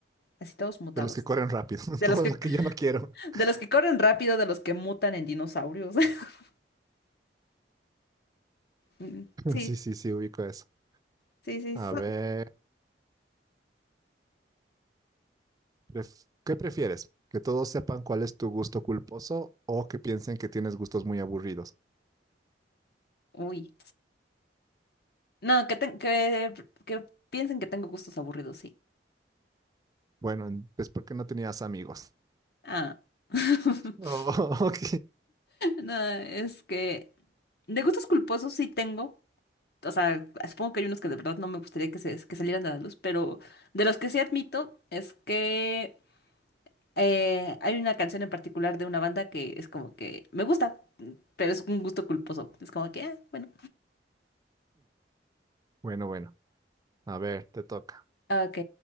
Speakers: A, on the left; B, on the right.
A: así todos mutados.
B: De los que corren rápido. <laughs>
A: De
B: Todo
A: los que,
B: lo que yo no quiero. <laughs>
A: de los que corren rápido, de los que mutan en dinosaurios. <laughs> Mm, Sí,
B: Sí, sí, sí, ubico eso.
A: sí, sí.
B: A
A: son-
B: ver, pref- ¿qué prefieres? ¿Que todos sepan cuál es tu gusto culposo o que piensen que tienes gustos muy aburridos?
A: Uy. No, que, ten- que, que piensen que tengo gustos aburridos, sí.
B: Bueno, en- es porque no tenías amigos. <laughs>
A: Ah. <laughs>
B: Oh, <laughs> ok.
A: No, es que de gustos culposos sí tengo. O sea, supongo que hay unos que de verdad no me gustaría que, se, que salieran a la luz, pero de los que sí admito es que eh, hay una canción en particular de una banda que es como que me gusta, pero es un gusto culposo. Es como que, ah, bueno.
B: Bueno, bueno. A ver, te toca.
A: Ok,